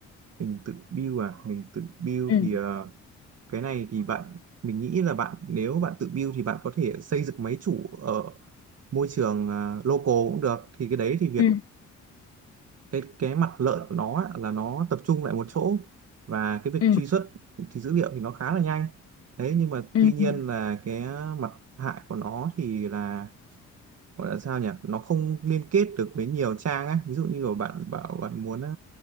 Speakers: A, on the right (about 55°); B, on the left (about 50°).
A: mình tự build à mình tự build
B: ừ
A: thì ờ, cái này thì bạn mình nghĩ là bạn nếu bạn tự build thì bạn có thể xây dựng máy chủ ở môi trường à, local cũng được thì cái đấy thì việc
B: ừ
A: cái cái mặt lợi của nó á, là nó tập trung lại một chỗ và cái việc
B: ừ
A: truy xuất thì dữ liệu thì nó khá là nhanh thế nhưng mà
B: ừ
A: tuy nhiên
B: ừ
A: là cái mặt hại của nó thì là gọi là sao nhỉ nó không liên kết được với nhiều trang á ví dụ như là bạn bảo bạn muốn à,